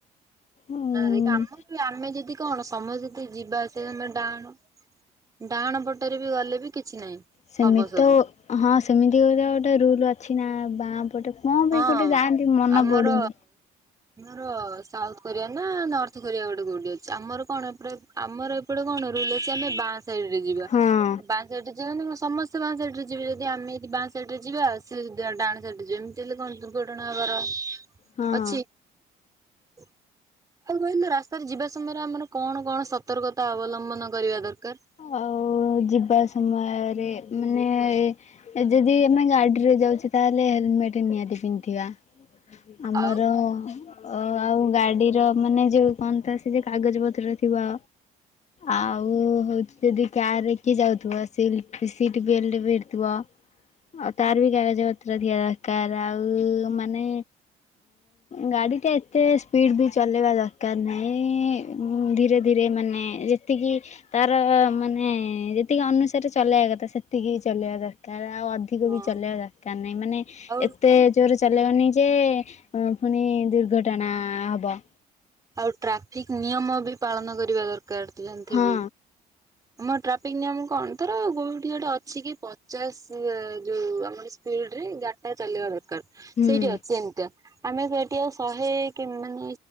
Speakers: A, on the left; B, on the right.
A: ଉଁ
B: ନା ଦେଖ ଆମର ବି ଆମେ ଯଦି କଣ ସମସ୍ତେ ଯଦି ଯିବା ଆସିବା ସମୟ ରେ ଡାହାଣ ଡାହାଣ ପଟରେ ବି ଗଲେ ବି କିଛି ନାହିଁ।
A: ସେମିତି
B: ହବ ସବୁ।
A: ତ ହଁ ସେମିତି ଗୋଟ ଗୋଟେ ରୁଲ ଅଛି ନା ବାଁ ପଟେ କଁ
B: ହଁ
A: ପାଇଁ ଗୋଟେ ଯାଆନ୍ତି ମନ
B: ଆମର
A: ପଡୁନି।
B: ଆମର ସାଉଥ କୋରିଆ ନା ନର୍ଥ କୋରିଆ ଗୋଟେ କୋଉଠି ଅଛି, ଆମର କଣ ଏପ ଆମର ସେପଟେ କଣ ରୁଲ ଅଛି ଆମେ ବାଁ ସାଇଡରେ ଯିବା
A: ହଁ
B: ବାଁ ସାଇଡରେ ଯିବା ସମସ୍ତେ। ସେ ବାଁ ସାଇଟରେ ଯିବ ଯଦ ଆମେ ଯଦି ବାଁ ସାଇଟରେ ଯିବା ଆଉ ସେଏ ଡାଣ ସାାଇଟରେ ଯିବେ। ହେଲେ କଣ ଦୁର୍ଘଟଣା ହେବାର
A: ହଁ
B: ଅଛି। ଆଉ କହନ୍ତ ରାସ୍ତାରେ ଯିବା। ସମୟରେ ଆମର କଣ କଣ ସତର୍କତା ଅବଲମ୍ବନ କରିବା ଦରକାର।
A: ଆଉ ଯିବା ସମୟରେ ମାନେ ଯଦି ଆମେ ଗାଡିରେ ଯାଉଛେ ତାହେଲେ ହେଲମେଟ ନିହାତି ପିନ୍ଧିବା। ଆମର
B: ଆଉ
A: ଓ ଆଉ ଗାଡିର ମାନେ ଯୋଉ କହଣ ସେ ଯଉ କାଗଜ ପତ୍ର ଥିବ। ଆଉ ହଉ ଯଦି କାର ରେ କିଏ ଯାଉଥିବ ସିଲ ସିଟ ବେଲ୍ଟ ଭିଡିଥିବ। ଆଉ ତାର ବି କାଗଜ ପତ୍ର ଥିବା ଦରକାର ଆଉ ମାନେ ଗାଡ଼ିଟା ଏତେ ସ୍ପିଡ଼୍ ବି ଚଲେଇବା ଦରକାର ନାହିଁ। ଧୀରେ ଧୀରେ ମାନେ ଯେତିକି ମାନେ ଯେତିକି ଅନୁସାରେ ଚଲେଇବା କଥା ସେତିକି ବି ଚଲେଇବା ଦରକାର ଆଉ ଅଧିକା
B: ହଁ।
A: ବି ଚଲେଇବା ଦରକାର ନାହିଁ ମାନେ
B: ଆଉ
A: ଏତେ ଜୋର ଚଲେଇବନି ଯେ ପୁଣି ଦୁର୍ଘଟଣା ହେବ।
B: ଆଉ ଟ୍ରାଫିକ ନିୟମ ବି ପାଳନ କରିବା ଦରକାର ଜାଣିଥିବୁ।
A: ହଁ
B: ଆମ ଟ୍ରାଫିକ ନିୟମ କଣ ତର ଗୋଉଠି ଗୋଟେ ଅଛି କି ପଚାଶ ଯୋଉ ଆମର ସ୍ପୀଡ଼ରେ ଗାଡିଟା ଚଲେଇବା କଥା।
A: ହୁଁ
B: ସେଇଠି ଅଛି ଏମିତିଆ ଆମେ ସେଠି ଆଉ ଶହେ ମାନେ